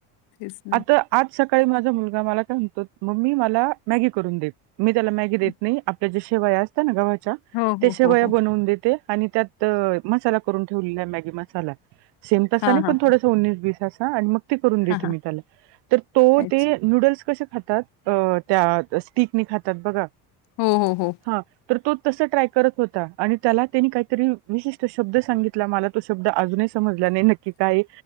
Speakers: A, on the left; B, on the right.
A: तेच ना.
B: आता, आज सकाळी माझा मुलगा मला काय म्हणतो, मम्मी मला मॅगी करून दे मी त्याला मॅगी देत
A: हं.
B: नाही, आपल्या ज्या शेवाया असत ना गव्हाच्या
A: हो, हो,
B: ते शेवया
A: हो, हो.
B: बनवून देते आणि त्यात मसाला करून ठेवलेला आहे मॅगी मसाला. सेम तसा
A: हां,
B: नाही,
A: हां,
B: पण थोडसं
A: हां.
B: उन्नीस बीस असा आणि मग ते करून देते
A: हां, हां.
B: मी त्याला तर तो
A: अच्छा.
B: ते नूडल्स कसे खातात अ त्या स्टिकनी खातात बघा
A: हो, हो, हो.
B: हा तो तस ट्राय करत होता, आणि त्याला त्यांनी काही तरी विशिष्ट शब्द सांगितला सांगितला मला तो शब्द अजूनही समजला नाही नक्की काय